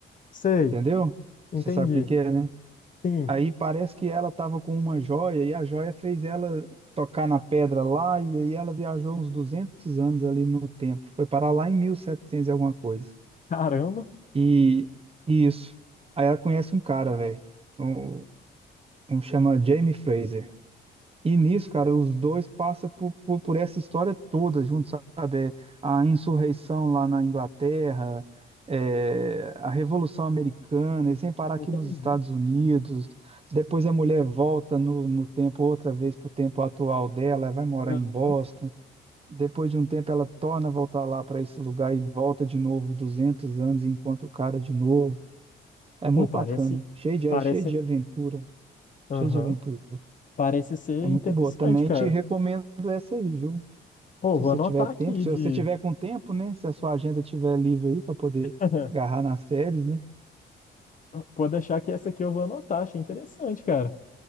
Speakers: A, on the left (about 40°); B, on the right (about 30°).
A: sei,
B: entendeu?
A: entendi.
B: Você sabe o que que é, né?
A: Sim,
B: Aí parece que ela estava com uma joia e a joia fez ela tocar na pedra lá e aí ela viajou uns 200 anos ali no tempo. Foi parar lá em 1700 e setecentos e alguma coisa.
A: caramba,
B: E e isso. Aí ela conhece um cara, velho. Um, um chama Jamie Fraser. E nisso, cara, os dois passam por, por, por essa história toda junto, sabe? É, A insurreição lá na Inglaterra, é, a Revolução Americana, eles vêm parar aqui
A: entendi.
B: nos Estados Unidos, depois a mulher volta no, no tempo outra vez para o tempo atual dela, vai morar
A: Aham.
B: em Boston, depois de um tempo ela torna a voltar lá para esse lugar e volta de novo 200 anos e encontra o cara de novo. É muito
A: Pô, parece,
B: bacana, cheio de,
A: parece,
B: cheio de aventura,
A: aham,
B: cheio de aventura.
A: parece ser
B: É muito
A: interessante,
B: boa. Também
A: cara.
B: te recomendo essa aí, viu?
A: Pô,
B: Se
A: vou
B: você
A: anotar
B: tiver tempo,
A: aqui
B: se
A: de,
B: você tiver com tempo, né? Se a sua agenda tiver livre aí para poder
A: <laughs>
B: agarrar nas séries, né?
A: pode deixar que essa aqui eu vou anotar, achei interessante, cara.